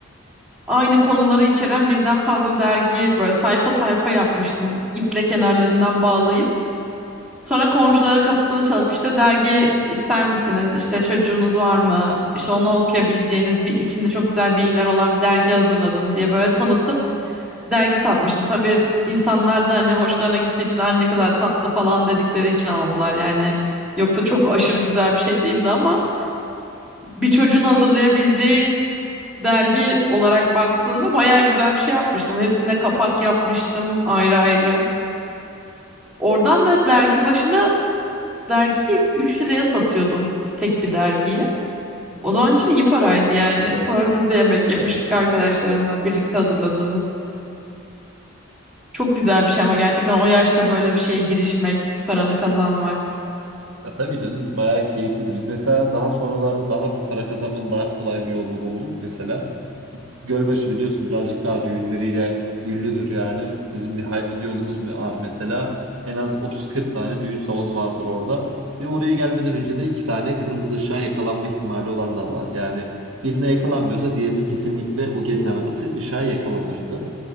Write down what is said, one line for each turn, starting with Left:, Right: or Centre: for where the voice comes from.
Centre: aynı konuları içeren birden fazla dergi böyle sayfa sayfa yapmıştım. İple kenarlarından bağlayıp. Sonra komşuların kapısını çalıp işte dergi ister misiniz? İşte çocuğunuz var mı? İşte onu okuyabileceğiniz bir içinde çok güzel bilgiler olan bir dergi hazırladım diye böyle tanıtıp dergi satmıştım. Tabii insanlar da hani hoşlarına gittiği için "Ay ne kadar tatlı falan dedikleri için aldılar yani. Yoksa çok aşırı güzel bir şey değildi ama bir çocuğun hazırlayabileceği dergi olarak baktığında bayağı güzel bir şey yapmıştım. Hepsine kapak yapmıştım ayrı ayrı. Oradan da dergi başına dergiyi 3 liraya satıyordum tek bir dergiyi. O zaman için iyi paraydı yani. Sonra biz de yemek yemiştik arkadaşlarımla birlikte hazırladığımız. Çok güzel
Right: Bu
Centre: bir
Right: arada
Centre: şey ama gerçekten o yaşta böyle bir şeye girişmek, paranı kazanmak.
Right: Ya tabii canım bayağı keyifliydi. Biz mesela daha sonralarda daha para kazanmanın daha kolay bir yolunu bulduk. Mesela Gölbaşı biliyorsun birazcık daha düğünleriyle ünlüdür yani. Bizim bir Haymana yolumuz mu var mesela. En az 30-40 tane düğün salonu vardır orada. Ve oraya gelmeden önce de iki tane kırmızı ışığa yakalanma ihtimali olanlar var. Yani birine yakalanmıyorsa diğerine kesinlikle o gelin arabası ışığa yakalanırdı.